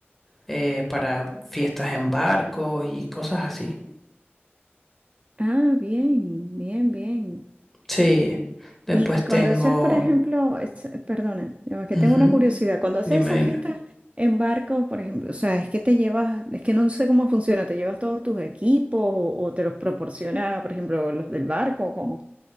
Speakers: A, in the centre; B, on the right (about 30°).
A: eh, para fiestas en barcos y cosas así.
B: Ah, bien, bien, bien.
A: Sí, después
B: Y, y cuando
A: tengo...
B: haces, por ejemplo, es- perdona, no, es que
A: ujú,
B: tengo una curiosidad, cuando haces
A: Dime,
B: esas
A: dime.
B: fiestas en barcos, por ejemplo, o sea, es que te llevas, es que no sé cómo funciona, ¿te llevas todos tus equipos o, o te los proporciona, por ejemplo, los del barco o cómo?